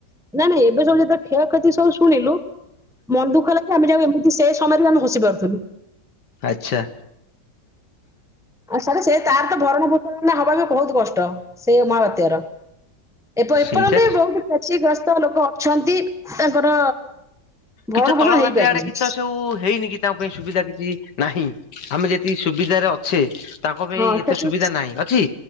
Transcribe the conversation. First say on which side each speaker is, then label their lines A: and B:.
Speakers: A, in the centre; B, on the left.
A: ନାଁ ନାଇଁ ଏବେ ସବୁ ଯେତେବେଳେ କ୍ଷୟକ୍ଷତି ସବୁ ଶୁଣିଲୁ ମନ୍ ଦୁଃଖ ହେଲା ଆମେ ଯାଉ ଏମିତି ସେ ସମୟରେ ଆମେ ହସି ପାରୁଥିଲୁ।
B: ଆଛା।
A: ଆ ସରେ ସେ ତାର ତ ଭରଣା ପୋଷଣା ହବା ବି ବହୁତ କଷ୍ଟ ସେଇ ମହାବାତ୍ୟାର। ଏ ପ ଏପର୍ଯ୍ୟନ୍ତ
B: ସେଇଟା
A: ବହୁତ କ୍ଷତିଗ୍ରସ୍ତ ଲୋକ ଅଛନ୍ତି ତାଙ୍କର ଭରଣ
B: କି ତ
A: ପୋଷଣ
B: ତଳ
A: ହେଇପାରିନି।
B: ଘାଟି ଆଡେ କି ତ ସବୁ ହେଇନି କି ତାଙ୍କ ପାଇଁ ସୁବିଧା କିଛି ନାହିଁ ଆମେ ଯେତିକି ସୁବିଧାରେ ଅଛେ ତାଙ୍କ ପାଇଁ
A: ହଁ
B: ଏତେ
A: ସେଥିରୁ
B: ସୁବିଧା ନାହିଁ ଅଛି